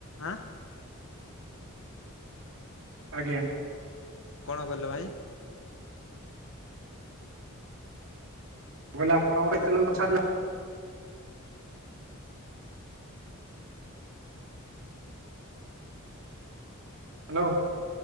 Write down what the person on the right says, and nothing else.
ଆଜ୍ଞା?
ମୁଁ କହିଲି ଆପଣ କେତେବେଳକୁ ଛାଡ଼ିଲା? ହ୍ୟାଲୋ।